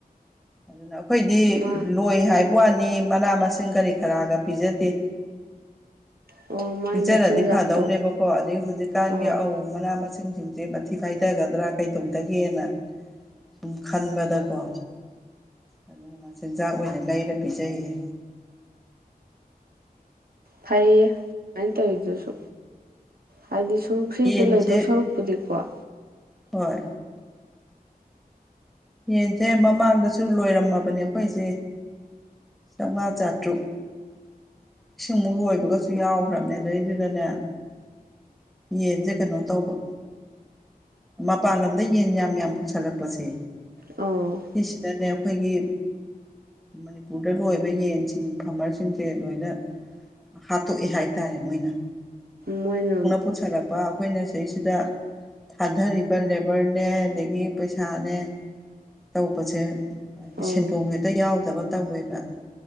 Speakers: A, in the centre; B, on the right.
A: ꯑꯗꯨ ꯑꯗꯨꯅ ꯑꯩꯈꯣꯏꯗꯤ
B: ꯃꯥ
A: ꯂꯣꯏ ꯍꯥꯏꯕ ꯑꯅꯤ ꯃꯅꯥ ꯃꯁꯤꯡ ꯀꯔꯤ ꯀꯔꯥꯒ ꯄꯤꯖꯗꯦ ꯎ
B: ꯑꯣ ꯃꯥꯏ
A: ꯄꯤꯖꯔꯗꯤ
B: ꯃꯆꯤꯟꯖꯥꯛꯇꯣ
A: ꯐꯗꯧꯅꯦꯕꯀꯣ ꯑꯗꯨꯗꯩ ꯍꯧꯖꯤꯛꯀꯥꯟꯒꯤ
B: ꯑꯥ
A: ꯑ ꯃꯅꯥ ꯃꯁꯤꯡ ꯄ ꯁꯦ ꯃꯊꯤ ꯐꯥꯏꯊꯒꯗ꯭ꯔꯥ ꯀꯩꯗꯧꯗꯒꯦꯅ ꯁꯨꯝ ꯈꯟꯕꯗꯀꯣ ꯑꯗꯨꯅ ꯃꯆꯤꯟꯖꯥꯛ ꯑꯣꯏꯅ ꯂꯩꯔ ꯄꯤꯖꯩꯌꯦ
B: ꯐꯩꯌꯦ ꯑꯗꯨꯃꯥꯏꯅ ꯇꯧꯔꯤꯤꯗꯨꯁꯨ
A: ꯎꯝ
B: ꯍꯥꯏꯗꯤ ꯁꯨꯝ ꯐ꯭ꯔꯤꯗ
A: ꯌꯦꯟꯁꯦ
B: ꯂꯩꯗꯧ ꯁꯔꯛꯄꯨꯗꯤꯀꯣ
A: ꯍꯣꯏ ꯌꯦꯟꯁꯦ ꯃꯃꯥꯡꯗꯁꯨ ꯂꯣꯏꯔꯝꯃꯕꯅꯦ ꯑꯩꯈꯣꯏꯁꯦ ꯆꯥꯃꯉ ꯆꯥꯇ꯭ꯔꯨꯛ ꯏꯁꯤꯡ ꯑꯃꯨꯛ ꯂꯣꯏꯕꯒꯁꯨ ꯌꯥꯎꯈ꯭ꯔꯕꯅꯦ ꯑꯗꯨꯗꯩꯗꯨꯗꯅꯦ ꯌꯦꯟꯁꯦ ꯀꯩꯅꯣ ꯇꯧꯕ ꯃꯄꯥꯟꯂꯣꯝꯗ ꯌꯦꯟ ꯌꯥꯝ ꯌꯥꯝ ꯄꯨꯁꯜꯂꯛꯄꯁꯦ
B: ꯑꯧ
A: ꯁꯤꯁꯤꯅꯅꯦ ꯑꯩꯈꯣꯏꯒꯤ ꯃꯅꯤꯄꯨꯔꯗ ꯂꯣꯏꯕ ꯌꯦꯟꯁꯤꯡ ꯐꯥꯔꯃꯔꯁꯤꯡꯁꯦ ꯂꯣꯏꯅ ꯍꯥꯠꯇꯣꯛꯑꯦ ꯍꯥꯏꯇꯥꯔꯦ ꯃꯣꯏꯅ
B: ꯃꯣꯏꯅ
A: ꯄꯨꯠꯁꯜꯂꯛꯄ ꯑꯩꯈꯣꯏꯅ ꯁꯤꯁꯤꯗ ꯊꯥꯗꯔꯤꯕ ꯂꯦꯕꯔꯅꯦ ꯑꯗꯒꯤ ꯄꯩꯁꯥꯅꯦ ꯇꯧꯕꯁꯦ ꯍꯥꯏꯗꯤ
B: ꯑꯧ
A: ꯁꯦꯟꯗꯣꯡ ꯍꯦꯛꯇ ꯌꯥꯎꯗꯕ ꯇꯧꯋꯦꯕ